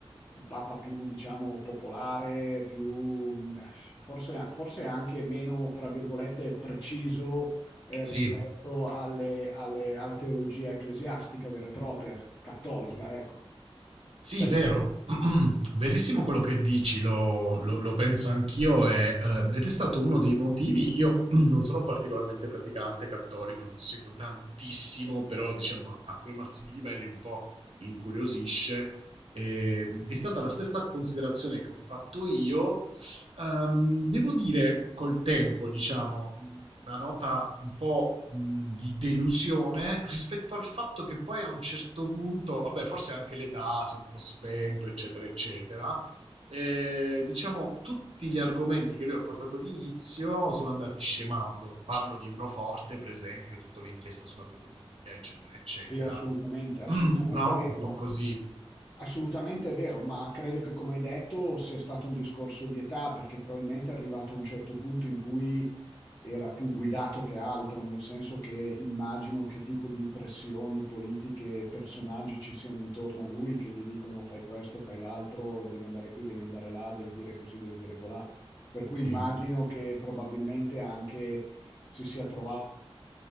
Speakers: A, on the left (about 40°); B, on the right (about 75°).
A: un papa più, diciamo, popolare, più, eh, forse, forse anche meno, fra virgolette, preciso, eh,
B: sì.
A: rispetto alle- alle- alla teologia ecclesiastica vera e propria, cattolica, ecco.
B: Sì,
A: Adesso,
B: vero, <clears throat> verissimo quello che dici, lo, lo- lo penso anch'io e, eh, ed è stato uno dei motivi, io <clears throat> non sono particolarmente praticante cattolico, non seguo tantissimo, però diciamo a, a quei massimi livelli un po' mi incuriosisce. E, mh, è stata la stessa considerazione che ho fatto io Ehm, devo dire col tempo, diciamo, mm, una nota un po' mh, di delusione rispetto al fatto che poi a un certo punto, vabbè, forse anche l'età si è un po' spento, eccetera, eccetera. eh, diciamo, tutti gli argomenti che lui ha portato all'inizio sono andati scemando. Parlo di uno forte, per esempio, tutta l'inchiesta sulla pedofilia, eccetera, eccetera.
A: sì, assolutamente,
B: <clears throat>
A: assolutamente
B: Mm, no?
A: vero,
B: Un po'
A: ma
B: così.
A: assolutamente vero, ma credo che come hai detto sia stato un discorso di età, perché probabilmente è arrivato a un certo punto in cui era più guidato che altro, nel senso che immagino che tipo di pressioni politiche e personaggi ci siano intorno a lui che gli dicono fai questo, fai l'altro, devi andare qui, devi andare là, devi dire così, devi dire colà. Per cui
B: Sì.
A: immagino che probabilmente anche si sia trovato